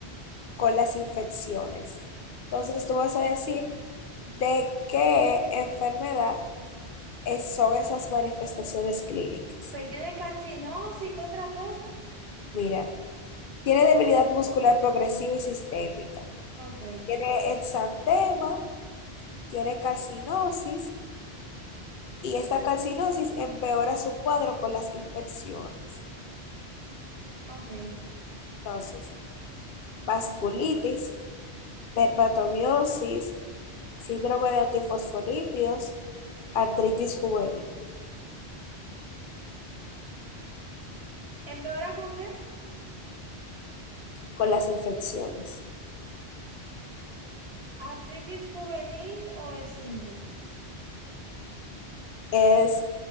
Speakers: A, on the left; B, on the right.
A: con las infecciones. Entonces, tú vas a decir de qué enfermedad es- son esas manifestaciones clínicas.
B: Ok, ¿tiene calcinosis? ¿Qué otra cosa?
A: Mira, tiene debilidad muscular progresiva y sistémica.
B: Ok,
A: Tiene exantema, tiene calcinosis y esta calcinosis empeora su cuadro con las infecciones.
B: ok.
A: Entonces, vasculitis, dermatomiosis, síndrome de antifosfolípidos, artritis juvenil
B: ¿Empeora con qué?
A: con las infecciones.
B: ¿Artritis juvenil o el síndrome?
A: Es